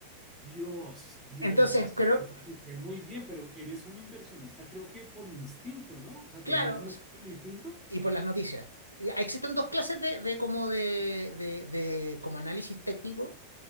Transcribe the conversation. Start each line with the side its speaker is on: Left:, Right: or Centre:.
Centre: Dios, Dios,
Left: Entonces,
Centre: o sea,
Left: creo,
Centre: te, te fue muy bien, pero eres un inversionista, creo que por instinto, ¿no? O sea,
Left: claro,
Centre: ¿te guías mucho
Left: o sea,
Centre: por instinto?
Left: y por las noticias. Eh, Existen dos clases de, de como de, de- de como análisis técnico